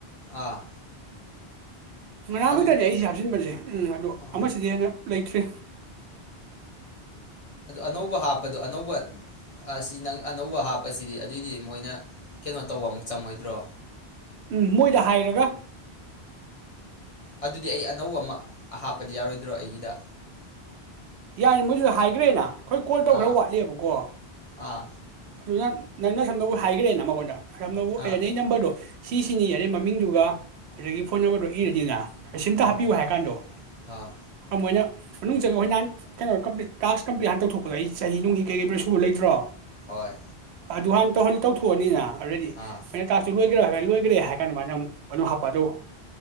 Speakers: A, on the left (about 35°); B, on the right (about 85°).
A: ꯑꯥ
B: ꯉꯔꯥꯡ
A: ꯑꯗꯨ
B: ꯈꯛꯇꯅꯦ ꯑꯩꯁꯦ ꯍꯥꯞꯆꯤꯟꯕꯁꯦ ꯎꯝ ꯑꯗꯣ
A: ꯑꯥ
B: ꯑꯃꯁꯤꯗꯤ ꯍꯦꯟꯅ ꯂꯩꯇ꯭ꯔꯦ
A: ꯑꯗꯨ ꯑꯅꯧꯕ ꯍꯥꯞꯄꯗꯣ ꯑꯅꯧꯕ ꯑꯁꯤ ꯅꯪ ꯑꯅꯧꯕ ꯍꯥꯞꯄꯁꯤꯗꯤ ꯑꯗꯨꯑꯣꯏꯗꯤ ꯃꯣꯏꯅ ꯀꯩꯅꯣ ꯇꯧꯕ ꯑꯃꯨꯛ ꯆꯪꯉꯣꯏꯗ꯭ꯔꯣ
B: ꯎꯝ ꯃꯣꯏꯗ ꯍꯥꯏꯔꯒ
A: ꯑꯗꯨꯗꯤ ꯑꯩ ꯑꯅꯧꯕ ꯑꯃ ꯍꯥꯞꯄꯗꯤ ꯌꯥꯔꯣꯏꯗ꯭ꯔꯣ ꯑꯩꯒꯤꯗ
B: ꯌꯥꯅꯤ ꯃꯣꯏꯁꯨ ꯍꯥꯏꯈ꯭ꯔꯦꯅ ꯑꯩꯈꯣꯏ ꯀꯣꯜ ꯇꯧꯈꯔ
A: ꯑꯥ
B: ꯋꯥꯠꯂꯤꯕꯀꯣ
A: ꯑꯥ
B: ꯑꯗꯨꯅ ꯅꯪꯅ ꯁꯝꯗꯕ ꯍꯥꯏꯒꯒ꯭ꯔꯦꯅ ꯃꯉꯣꯟꯗ <unintelligible>
A: ꯑꯥ
B: ꯁꯤꯁꯤꯅꯤ ꯌꯥꯔꯦ ꯃꯃꯤꯡꯗꯨꯒ ꯑꯗꯒꯤ ꯐꯣꯟ ꯅꯝꯕꯔꯗꯣ ꯏꯔꯅꯤꯅ ꯁꯤꯝꯇ
A: ꯎꯝ
B: ꯍꯥꯞꯄꯤꯌꯨ ꯍꯥꯏ ꯀꯥꯟꯗꯣ
A: ꯑꯥ
B: ꯃꯣꯏꯅ ꯃꯅꯨꯡ ꯆꯗ ꯑꯩꯈꯣꯏ ꯅꯍꯥꯟ ꯀꯩꯅꯣ ꯀꯝꯄ꯭ꯂꯤꯠ ꯇꯥꯛꯁ ꯀꯝꯄꯂꯤꯠ ꯍꯥꯟꯅ ꯇꯧꯊꯣꯛꯄꯗꯣ ꯑꯩ ꯆꯍꯤ ꯅꯨꯡꯒꯤ ꯀꯩ ꯁꯨꯕ ꯂꯩꯇ꯭ꯔꯣ
A: ꯍꯣꯏ
B: ꯑꯗꯨ ꯍꯥꯟꯅ ꯇꯧꯍꯟ ꯇꯧꯊꯣꯛꯑꯅꯤꯅ ꯑꯗꯩꯗꯤ
A: ꯑꯥ
B: ꯃꯣꯏꯅ ꯍꯥꯏ ꯂꯣꯏꯒꯔꯦ ꯍꯥꯏꯔꯥ ꯀꯥꯟꯗ ꯃꯥꯅ ꯑꯃꯨꯛ ꯑꯗꯨꯝ ꯍꯥꯞꯄ ꯑꯗꯨꯒ